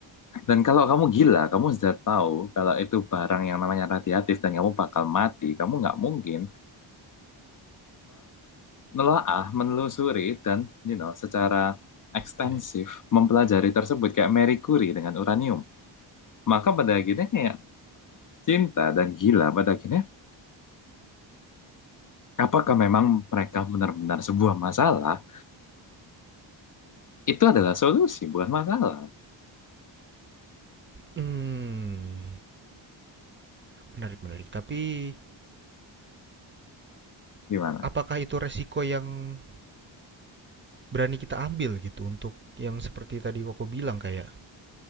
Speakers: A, on the left; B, on the right.
A: Dan kalau kamu gila, kamu sudah tahu kalau itu barang yang namanya radiatif dan kamu bakal mati, kamu nggak mungkin nelaah, menelusuri dan you know secara ekstensif
B: Iya.
A: mempelajari tersebut kayak Marie Curie dengan uranium. Maka pada akhirnya kayak cinta dan gila pada akhirnya apakah memang mereka benar-benar sebuah masalah itu adalah solusi bukan masalah.
B: Hmm. Menarik, menarik. Tapi
A: Gimana?
B: apakah itu resiko yang berani kita ambil gitu untuk yang seperti tadi Koko bilang kayak